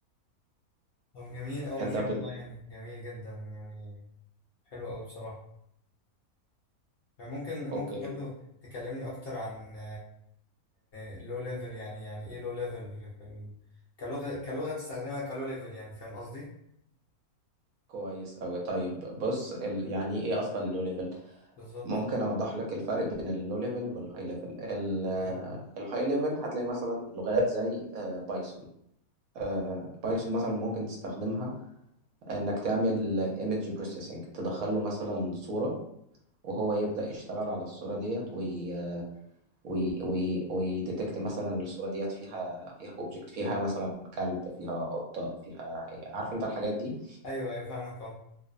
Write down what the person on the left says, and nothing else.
طب جميل أوي ما
شاء
الله يعني جميل جدا يعني حلو أوي بصراحة يعني ممكن
ممكن برضو تكلمني أكتر عن اللو ليفل يعني يعني إيه لو ليفل كلغة كلغة تستخدمها كلو ليفل يعني فاهم قصدي؟
بالظبط
أيوه
أيوه أيوه فاهمك أهو